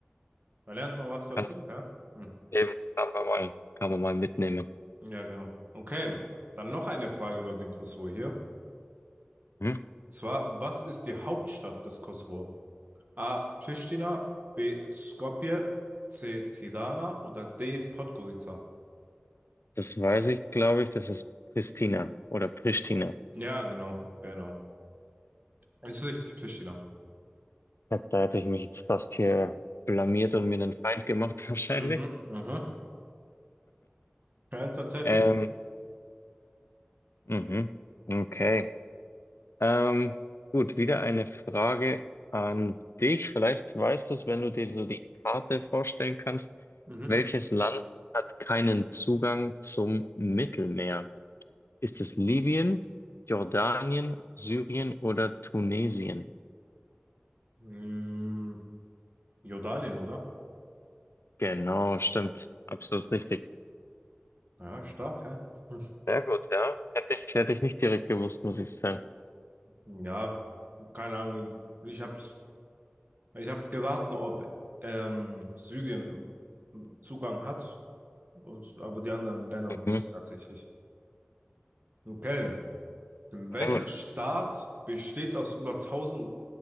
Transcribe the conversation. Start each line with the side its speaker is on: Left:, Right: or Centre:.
Right: Da lernt man was dazu,
Left: Kannst
Right: ja? Hm.
Left: eben, kann man mal, kann man mal mitnehmen.
Right: Ja, genau. Okay, dann noch eine Frage über den Kosovo hier.
Left: Hm?
Right: Und zwar, was ist die Hauptstadt des Kosovo? A. Pristina, B. Skopje, C. Tirana oder D. Podgorica?
Left: Das weiß ich, glaube ich, das ist Pristina oder Pristina.
Right: Ja, genau, genau. Ist richtig, Pristina.
Left: Ja, Da hätte ich mich jetzt fast hier blamiert und mir einen Feind gemacht, <laughs> wahrscheinlich.
Right: Mhm, mhm. Ja, tatsächlich.
Left: Ähm, mhm. Okay. Ähm, gut, wieder eine Frage an dich. Vielleicht weißt du es, wenn du dir so die Karte vorstellen kannst.
Right: Mhm.
Left: Welches Land hat keinen Zugang zum Mittelmeer? Ist es Libyen, Jordanien, Syrien oder Tunesien?
Right: Mm, Jordanien, oder?
Left: Genau, stimmt. Absolut richtig.
Right: Ja, stark, ja. Hm.
Left: Sehr gut, ja. Hätte ich, hätte ich nicht direkt gewusst, muss ich sagen.
Right: <laughs> Ja, keine Ahnung. Ich hab's, ich hab gewartet, ob ähm, Syrien Zugang hat, und, aber die anderen Länder wusste
Left: Mhm.
Right: ich tatsächlich. Okay. Welcher
Left: Sehr gut.
Right: Staat besteht aus über tausend